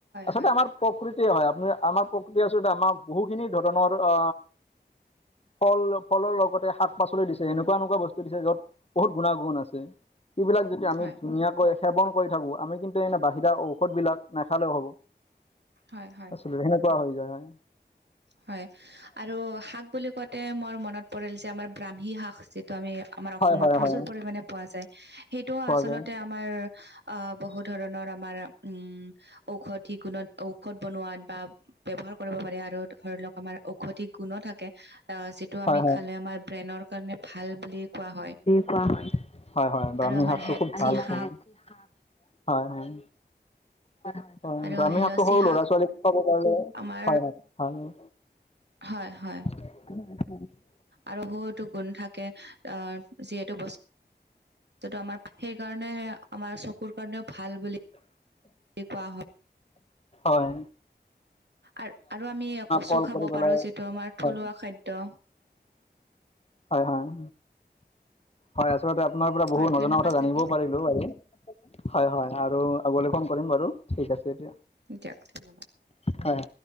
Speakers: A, on the left; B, on the right.
A: আচলতে
B: হয় হয়
A: আমাৰ প্ৰকৃতি হয়, আপুনি আমাৰ প্ৰকৃতিয়ে আচলতে আমাৰ বহুখিনি ধৰণৰ অ ফল ফলৰ লগতে শাক পাচলি দিছে, এনেকুৱা-এনেকুৱা বস্তু দিছে য'ত বহুত গুণাগুণ আছে, সেইবিলাক যদি আমি
B: হয়
A: ধুনীয়াকৈ সেৱন কৰি থাকো, আমি কিন্তু এনে বাহিৰা ঔষধ বিলাক নাখালেওঁ হ'ব।
B: হয়- হয়-
A: আচলতে সেনেকুৱা হৈ যায় হয়
B: হয় আৰু শাক বুলি কোৱাত তে মোৰ মনত পৰিল যে আমাৰ ব্ৰাহ্মী শাক আছে, যিটো আমি আমাৰ অসমত
A: হয় হয়
B: প্ৰচুৰ
A: হয়
B: পৰিমানে পোৱা যায়, সেইটোও
A: পোৱা
B: আচলতে
A: যায়।
B: আমাৰ আ বহু ধৰণৰ আমাৰ উম ঔষধি গুণত ঔষধ বনোৱাত বা ব্যৱহাৰ কৰিব পাৰে আৰু ধৰি লওঁক আমাৰ ঔষধি গুনো থাকে, আ যিটো
A: হয়
B: আমি
A: হয়
B: খালে আমাৰ ব্ৰেইনৰ কাৰণে ভাল বুলি কোৱা হয়।
A: পোৱা হয়, হয়- হয়, ব্ৰাহ্মী
B: আৰু আমাৰ
A: শাকটো
B: হেলচি
A: খুব ভাল
B: শাক
A: হয়- হয়। হয়,
B: আৰু
A: ব্ৰাহ্মী
B: হেলচি
A: শাকটো সৰু
B: শাক
A: ল'ৰা ছোৱালীক খোৱাব পাৰিলে হে,
B: আমাৰ
A: হয়- হয়- হয়।
B: হয়- হয়।
A: <unintelligible>
B: আৰু সৈটো গুণ থাকে, অ', যিহেতু বচ টোটো আমাৰ সেই কাৰণে আমাৰ চকুৰ কাৰণেও ভাল বুলি কোৱা হয়
A: অ'।
B: আৰু-আৰু আমি কচু
A: কল
B: খাব
A: কৰি পেলাই
B: পাৰো যিটো আমাৰ
A: হয়
B: থলুৱা খাদ্য।
A: হয় হয়- হয়, আচলতে আপোনাৰ পৰা বহু
B: হয়
A: নজনা
B: ধন্যবাদ
A: কথা জানিবও
B: থাকিল
A: পাৰি লো বাৰু, হয়- হয় আৰু আগলে ফোন কৰিম বাৰু, ঠিক আছে এতিয়া।
B: দিয়ক ধন্যবাদ।
A: হয়।